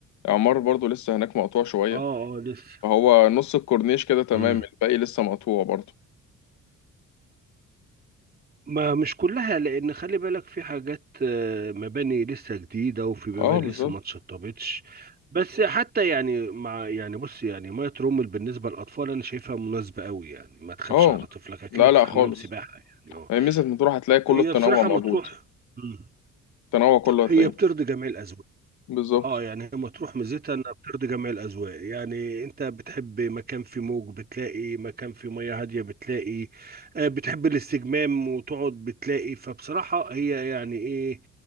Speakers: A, on the left; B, on the right.
A: إعمار برضو لسه هناك مقطوع شوية
B: اه اه لسه
A: هو نص الكورنيش كده تمام
B: امم
A: الباقي لسه مقطوع برضه
B: ما مش كلها لان خلي بالك في حاجات آه، مباني لسه جديده وفي مباني
A: اه بالظبط
B: لسه ما اتشطبتش بس حتى يعني مع يعني بص يعني ميه رومل بالنسبه للاطفال انا شايفها مناسبه قوي يعني ما تخافش
A: اه
B: على طفلك اكنك
A: لا لا
B: في
A: خالص
B: حمام سباحه يعني اه
A: يعني ميزة مطروح هتلاقي كل
B: هي
A: التنوع
B: بصراحه
A: موجود
B: مطروح مم.
A: التنوع كله هتلاقيه
B: هي بترضي جميع الاذواق
A: بالظبط
B: اه يعني هي مطروح ميزتها انها بترضي جميع الاذواق يعني انت بتحب مكان فيه موج بتلاقي مكان فيه مياه هاديه بتلاقي آه، بتحب الاستجمام وتقعد بتلاقي فبصراحه هي يعني ايه